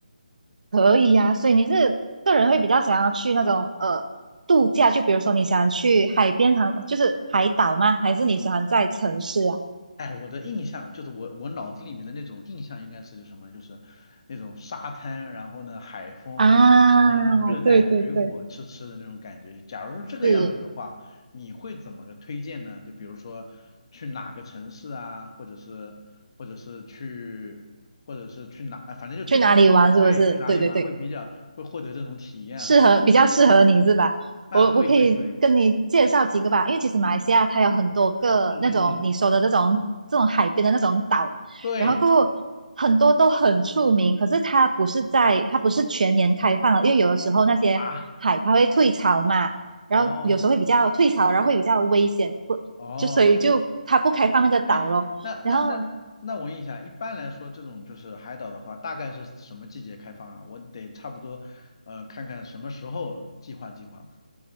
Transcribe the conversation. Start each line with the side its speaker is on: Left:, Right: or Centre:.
Right: 可以呀、所以你是个人会比较想要去那种呃度假，就比如说你想去海边旁，就是海岛吗？还是你喜欢在城市啊？
Left: 哎，我的印象就是我我脑子里面的那种印象应该是什么？就是那种沙滩，然后呢海风，
Right: 啊，
Left: 然后那种热带水果吃吃的那种感觉。
Right: 对对对，
Left: 假如是这个样子的话，
Right: 是
Left: 你会怎么个推荐呢？就比如说去哪个城市啊，或者是或者是去或者是去哪，啊反正就去去对去哪里玩会比较会获得这种体验啊之类的。
Right: 去哪里玩是不是？对对对。适合比较适合你是吧？
Left: 啊，
Right: 我我可以跟你介绍几个吧，
Left: 对对对，
Right: 因为其实马来西亚它有很多个那种你说的这种这种海边的那种岛，
Left: 嗯嗯嗯，对
Right: 然后过后很多都很出名，可是它不是在它不是全年开放的，因为有的时候那些海它会退潮嘛，
Left: 啊，
Right: 然后有时候会比较退潮，
Left: 哦
Right: 然后会比较危险，不就所以就它不开放那个岛咯。
Left: 哦哎，那那那那那我问一下，
Right: 然后
Left: 一般来说这种就是海岛的话，大概是什么季节开放啊？我得差不多，呃，看看什么时候计划计划嘛，